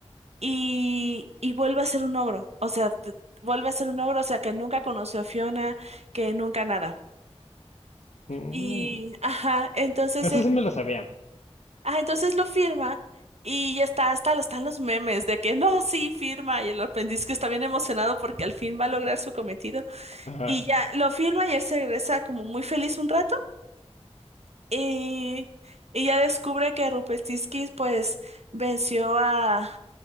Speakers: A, on the right; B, on the left.
A: y, y vuelve a ser un ogro. O sea, t- vuelve a ser un ogro, o sea, que nunca conoció a Fiona, que nunca nada.
B: Mm,
A: Y, ajá, entonces
B: Eso
A: él,
B: sí me lo sabía.
A: ah, entonces lo firma y ya está, hasta lo- están los memes de que no, sí, firma. Y el aprendiz que está bien emocionado porque al fin va a lograr su cometido.
B: Ajá,
A: Y ya lo firma y él se regresa como muy feliz un rato. Y ella descubre que Rupestisky pues venció a...